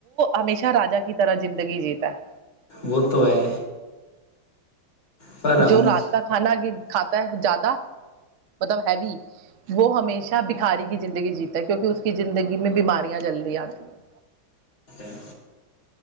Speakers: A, on the right; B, on the left.
A: ہمیشہ را کی طرح زندگی جیتا ہے
B: گتو ہے پر ہم
A: جو رات کا کھانا گ کھاتا ہے زیادہ مطلب ہیوی وہ ہمیشہ بکھاری کی زندگی جیتا ہے کیونکہ اس کی زندگی میں بیماریاں جلدی آتی ہیں
B: تا ہے